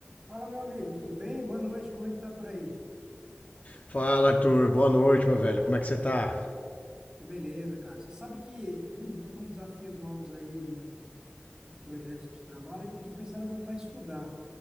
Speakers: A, on the right (about 20°); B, on the left (about 35°).
A: Fala, meu amigo, tudo bem? Boa noite, como é que tá por aí?
B: Fala, Arthur. Boa noite, meu velho. Como é que você tá?
A: Tô beleza, cara. Você sabe que <clears throat> eu tô com desafios novos aí no- nos projetos de trabalho que eu tô pensando em voltar a estudar.